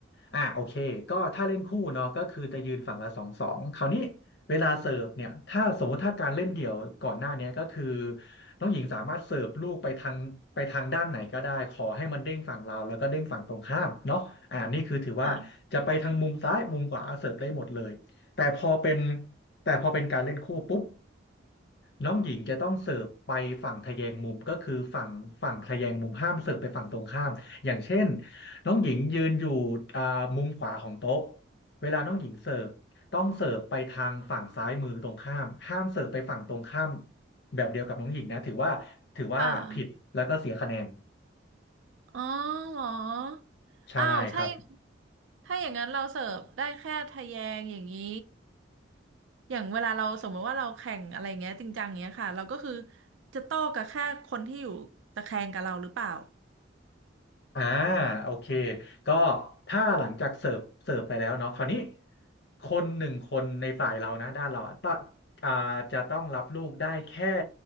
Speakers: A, on the left (about 55°); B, on the right (about 75°).
A: อ่าโอเคก็ถ้าเล่นคู่เนาะก็คือจะยืนฝั่งละสองสองคราวนี้เวลาเสิร์ฟเนี่ยถ้าสมมุติถ้าการเล่นเดี่ยวก่อนหน้าเนี้ยก็คือน้องหญิงสามารถเสิร์ฟลูกไปทางไปทางด้านไหนก็ได้ขอให้มันเด้งฝั่งเราแล้วก็เด้งฝั่งตรงข้ามเนาะอ่านี่คือถือว่าจะไปทางมุมซ้ายมุมขวาเสิร์ฟได้หมดเลยแต่พอเป็น
B: ค่ะ
A: แต่พอเป็นการเล่นคู่ปุ๊บ น้องหญิงจะต้องเสิร์ฟไปฝั่งทแยงมุมก็คือฝั่งฝั่งทแยงมุมห้ามเสิร์ฟไปฝั่งตรงข้ามอย่างเช่นน้องหญิงยืนอยู่อ่ามุมขวาของโต๊ะเวลาน้องหญิงเสิร์ฟต้องเสิร์ฟไปทางฝั่งซ้ายมือตรงข้ามห้ามเสิร์ฟไปฝั่งตรงข้ามแบบเดียวกับน้องหญิงนะถือว่าถือว่าผิดแล้วก็เสียคะแนน
B: ค่ะ อ๋อเหรอ
A: ใช่ครับ
B: อ้าวถ้าอย่างถ้าอย่างนั้นเราเสิร์ฟได้แค่ทะแยงอย่างนี้อย่างเวลาเราสมมติว่าเราแข่งอะไรเงี้ยจริงจังเงี้ยค่ะเราก็คือจะโต้กับแค่คนที่อยู่ตะแคงกับเราหรือเปล่า
A: อ่าโอเคก็ถ้าหลังจากเสิร์ฟเสิร์ฟไปแล้วเนาะคราวนี้คนหนึ่งคนในฝ่ายเรานะด้านเราอะต้องอ่าจะต้องรับลูกได้แค่